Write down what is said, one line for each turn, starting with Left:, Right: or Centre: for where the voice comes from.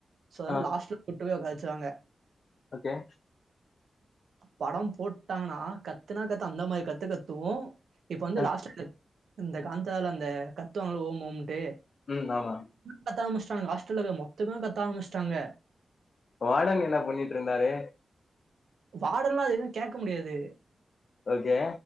Right: சோ அதனால
Left: ஆ
Right: லாஸ்ட்ல கூட்டு போய் உட்கார வச்சுருவாங்க
Left: ஓகே
Right: படம் போட்டாங்கன்னா கத்துனா கத்து அந்த மாரி கத்து கத்துவோ இப்ப வந்து
Left: ஆ
Right: லாஸ்ட்ல இந்த காந்தால அந்த கத்து வாங்கள ஓம் ஓம்ட்டு
Left: ம் ஆமா
Right: கத்த ஆரமிச்சிட்டாங்க ஹாஸ்டல்ல இருக்குற மொத்த பேரு கத்த ஆரமிச்சிட்டாங்க
Left: வாடன் என்ன பண்ணிட்டு இருந்தாரு
Right: வாடன்ல்லா அது எது கேட்க முடியாது
Left: ஓகே